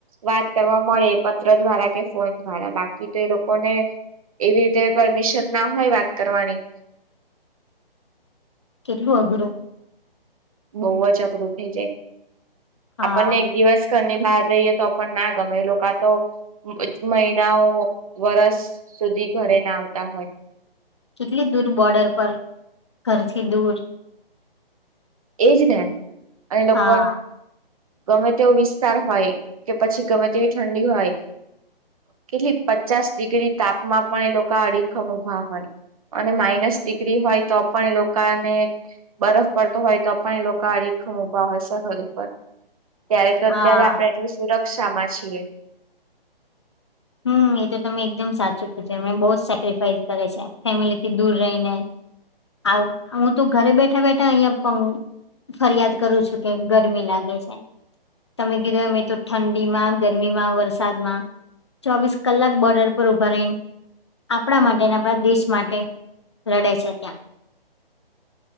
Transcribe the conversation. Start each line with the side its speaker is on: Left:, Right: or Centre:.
Right: વાત કરવા મળે. પત્ર દ્વારા કે ફોન દ્વારા બાકી તો એ લોકોને એવી રીતે પરમિશન ના હોય વાત કરવાની.
Left: કેટલું અઘરું
Right: બહું જ અઘરું થઈ જાય.
Left: હા
Right: આપણને એક દિવસ ઘર ની બહાર રહીએ. તો પણ ના ગમે એ લોકો આ તો મહિનાઓ વર્ષ સુધી ઘરે ના આવતા હોય.
Left: કેટલી દૂર બોર્ડર પર ઘરથી દૂર
Right: એજ ને અને લોકો
Left: હા
Right: ગમે તેવો વિસ્તાર હોય કે પછી ગમે તેવી ઠંડી હોય. કેટલી પચાસ ડિગ્રી તાપમા પણ એ લોકો અડીખમ ઉભા હોય. અને માઇનસ ડિગ્રી હોય. તો પણ એ લોકાને બરફ પર હોય. તો પણ એ લોકો અરીખમ ઉભા હોય. સરહદ ઉપર ત્યારે તો અત્યારે
Left: હા
Right: આપડે આટલી સુરક્ષ કક્ષામાં છીએ.
Left: હમ એ તો તમે એકદમ સાચું કધું એમને બહું સેક્રિફાઈસ કરે છે. ફેમિલી થી દૂર રહીને આવ હું તો ઘરે બેઠા-બેઠા અહિયાં પણ ફરિયાદ કરું છું. કેમ ગરમી લાગે છે. તમે કીધું એમ તો ઠંડીમાં ગરમીમાં વરસાદમાં ચોવીસ કલાક બોર્ડર પર ઉભા રહીને. આપણા માટે ને આપણા દેશ માટે લડે છે. ત્યાં.